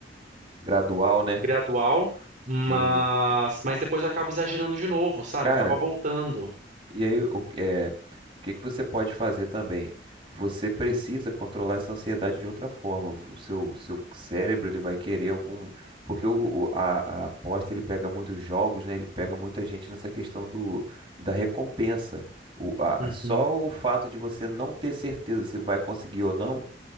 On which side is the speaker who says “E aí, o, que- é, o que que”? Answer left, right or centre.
Right